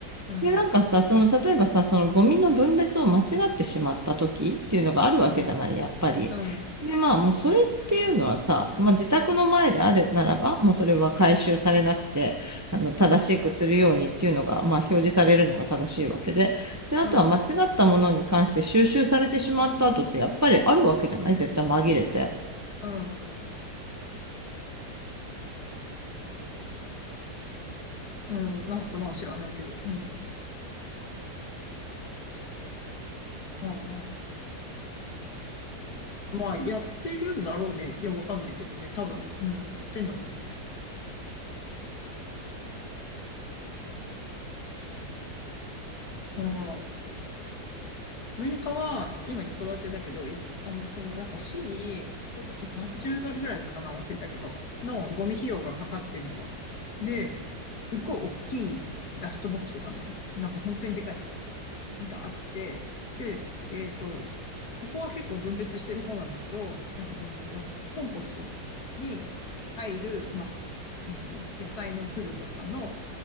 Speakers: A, on the left; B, on the right.
A: うん、
B: で、なんかさ、その、例えばさ、そのゴミの分別を間違ってしまった時っていうのがあるわけじゃない、
A: うん、
B: やっぱり。
A: うん、
B: で、まあ、もうそれっていうのはさ、まあ、自宅の前であるならば、もうそれは回収されなくて、あの、正しくするようにっていうのが、
A: うん、
B: まあ、表示されるのが正しいわけで。で、あとは間違ったものに関して収集されてしまった後って、
A: うん、
B: やっぱりあるわけじゃない絶対紛れて。
A: うん、うん、なんかな、知らないけど。うん、うん、うん。まあ、やってるんだろうね。いや、わかんないけどね。多分、うん、やってんだろうね。うん。アメリカは、今一戸建てだけど、一戸あの、そのなんか市に一月30ドルぐらいだったかな、忘れたけど、のゴミ費用がかかってんのは。で、すっごい大きいダストボックスがあるのよ。なんか本当にでかい。があって、で、えっと、ここは結構分別してる方なんだけど、なんかその、なんていうの、コンポストに入る、まあ、なんていうの、野菜のくずとかの